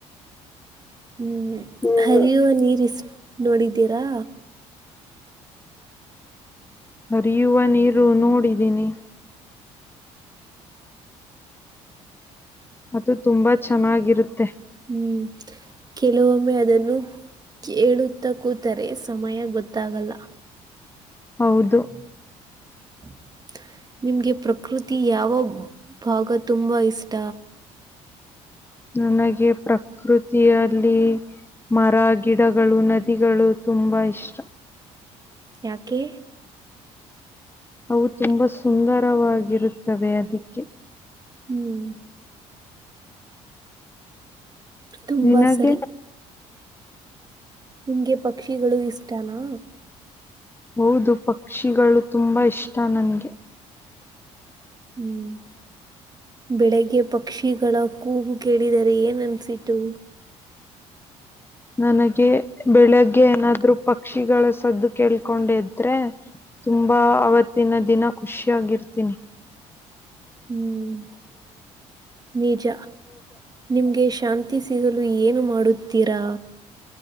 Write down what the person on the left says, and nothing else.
ಹ್ಮ್
ಅರಿಯುವ ನೀರು ನೋಡಿದೀನಿ ಅದು ತುಂಬಾ ಚೆನ್ನಾಗಿರುತ್ತೆ
ಹೌದು
ನನಗೆ ಪ್ರಕೃತಿಯಲ್ಲಿ ಮರ ಗಿಡಗಳು ನದಿಗಳು ತುಂಬಾ ಇಷ್ಟ
ಅವು ತುಂಬಾ ಸುಂದರವಾಗಿರುತ್ತವೆ ಅದಕ್ಕೆ
ನಿನಗೆ
ಹೌದು ಪಕ್ಷಿಗಳು ತುಂಬಾ ಇಷ್ಟ ನನ್ಗೆ
ನನಗೆ ಬೆಳಗ್ಗೆ ಏನಾದ್ರು ಪಕ್ಷಿಗಳ ಸದ್ದು ಕೇಳ್ಕೊಂಡಿದ್ರೆ ತುಂಬಾ ಆವತ್ತಿನ ದಿನ ಖುಷಿಯಾಗಿರ್ತೀನಿ